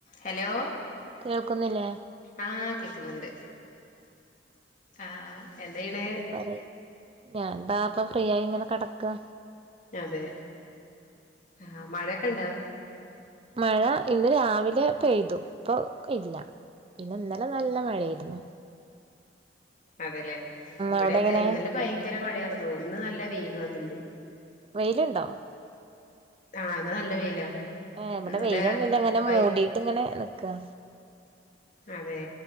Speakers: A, on the left; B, on the right.
A: Hello
B: കേൾക്കുന്നില്ലേ
A: ആഹ് കേക്കുന്നുണ്ട് ആഹ് എന്തെയ്യ്ണ്
B: പറ ഞാനെന്താ അപ്പൊ ഫ്രീ ആയി ഇങ്ങനെ കെടക്കാ
A: അതെ ആ മഴക്കെ ഇണ്ടോ
B: മഴ ഇന്ന് രാവിലെ പെയ്തു ഇപ്പൊ ഇല്ല പിന്നെ ഇന്നലെ നല്ല മഴേയിരുന്നു
A: അതേല്ലേ ഇവിടെ
B: അവിടെ
A: അതേ
B: എങ്ങനെ
A: ഇന്നലെ ഭയങ്കര മഴയായിരുന്നു ഇന്ന് വെയില് വന്ന് ണ്ട്
B: വെയിലുണ്ടോ
A: ആഹ് ഇന്ന് നല്ല വെയിലാ
B: ആ ഇവിടെ
A: ഇന്നലെ
B: വെയിലൊന്നും ഇല്ല ഇങ്ങനെ
A: വൈ
B: മൂടിട്ട് ഇങ്ങനെ നിക്ക
A: അതെ